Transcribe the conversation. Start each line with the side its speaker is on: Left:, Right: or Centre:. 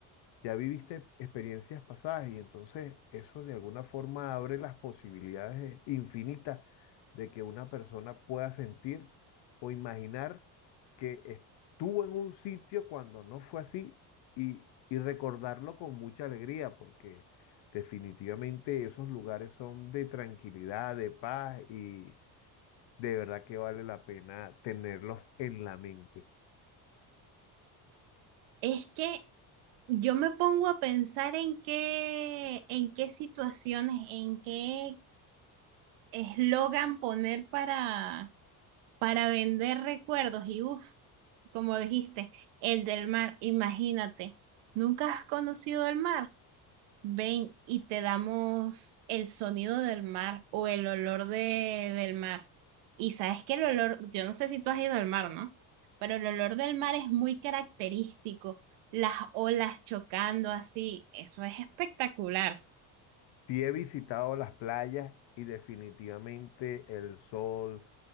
Left: ya viviste experiencias pasadas y entonces eso de alguna forma abre las posibilidades eh, infinitas de que una persona pueda sentir o imaginar que estuvo en un sitio cuando no fue así y, y recordarlo con mucha alegría porque definitivamente esos lugares son de tranquilidad, de paz y de verdad que vale la pena tenerlos en la mente.
Right: Es que yo me pongo a pensar en qué, en qué situaciones, en qué eslogan poner para, para vender recuerdos y uff. como dijiste, el del mar, imagínate, ¿nunca has conocido el mar? Ven y te damos el sonido del mar o el olor de, del mar. Y sabes que el olor, yo no sé si tú has ido al mar, ¿no? Pero el olor del mar es muy característico, las olas chocando así, eso es espectacular.
Left: Sí he visitado las playas y definitivamente el sol,